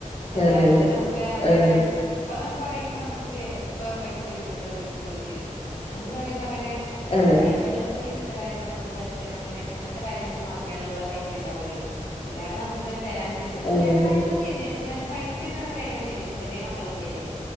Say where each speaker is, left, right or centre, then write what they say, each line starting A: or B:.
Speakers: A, on the left; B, on the left.
A: അല്ലാണ്ട്
B: അതെ അതെ
A: നമുക്ക് നമ്മുടേതായ
B: അതെ അതെ
A: ഇപ്പന്നൊക്കെ പറയുമ്പൊ നമുക്ക് എപ്പ പൈസ ചോദിക്കുമ്പൊഴും എടുത്ത് തെരും. അന്ന്ന്ന് പറയുമ്പൊ അങ്ങനെ അത്ര
B: അതെ
A: അത്യാവശ്യങ്ങള് ക്ക് വീട്ട്ത്തെ കാര്യങ്ങളൊക്കെ നോക്കാ അച്ഛന് അങ്ങനെ, അങ്ങൻത്തെ കാര്യങ്ങൾക്ക് മാത്രേ ഉള്ള പൈസേ ഇണ്ടാവൊള്ളേയ്. വെല്ലാണ്ടെ നമക്ക് അങ്ങനെ തരാനൂല്ല്യ. നമുക്ക്
B: അതെ
A: വേണ്ട
B: അതെ
A: കാര്യങ്ങള് ചെയ്ത് തെരും, ന്നാലും പൈസേയിട്ട് നമ്മുടെ കയ്യിലങ്ങനെ തരില്ലല്ലോ. ചെറ്യേ മക്കളെ കൂടെയല്ലേ.